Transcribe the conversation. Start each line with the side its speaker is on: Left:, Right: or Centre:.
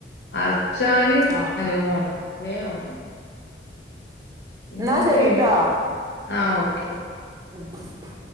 Left: അറച്ചാല്
Right: ആഹ്
Left: നല്ലോണങ്ങും വേ ഒണങ്ങും ഇന്നലെപ്പോ
Right: എന്നാ ശരിട്ടോ
Left: യൂനി ആ ഓക്കെ ഓക്കെ
Right: ഉം <inaudible>